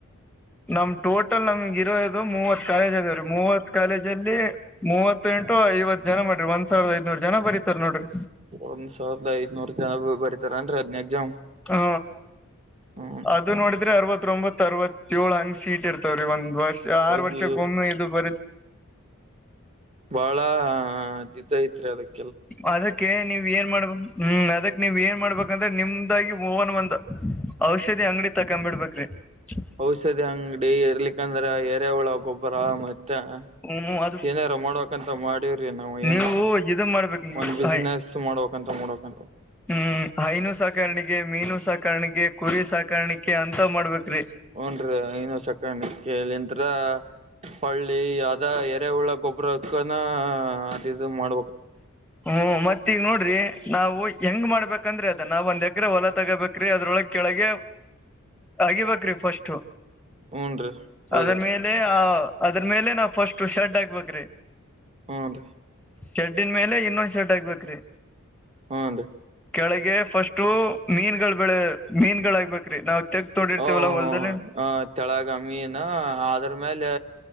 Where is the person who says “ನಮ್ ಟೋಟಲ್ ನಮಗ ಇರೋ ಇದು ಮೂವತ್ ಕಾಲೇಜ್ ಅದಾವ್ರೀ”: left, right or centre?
Centre